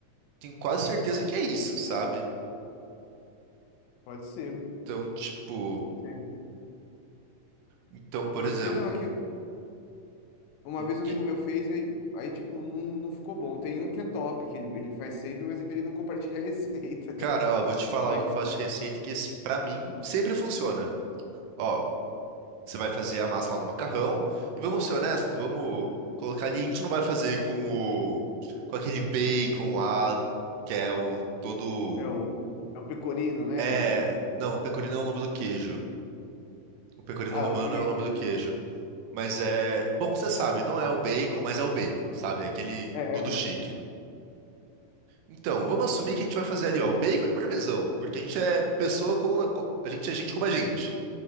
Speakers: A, on the right; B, on the left.
A: tenho quase certeza que é isso, sabe?
B: pode ser.
A: Então, tipo,
B: sim.
A: então, por
B: Pode
A: exemplo,
B: ser. Não, é que eu- uma
A: o
B: vez um
A: que-
B: amigo meu fez, aí, aí tipo, não, não ficou bom. Tem um que é top, que ele, ele faz sempre, mas ele não compartilha a receita. <laughs>
A: cara, ó, vou te falar
B: Mas
A: o que eu faço de receita que assim, pra mim sempre funciona. Ó, Você vai fazer a massa lá do macarrão. E vamos ser honestos, vamos colocar ali. A gente não vai fazer com o, com aquele bacon lá, que é o todo.
B: é o, é o pecorino, né?
A: É.
B: O,
A: Não, o pecorino é o nome do queijo. O pecorino
B: ah,
A: romano
B: o que...
A: é o nome do queijo. Mas é. Bom, você sabe, não é o bacon, mas é o bacon, sabe? É aquele
B: É,
A: tudo
B: é o
A: chique. Então, vamos assumir que a gente vai fazer ali, ó, o bacon e parmesão, porque a gente é pessoa como. A gente é gente como a gente.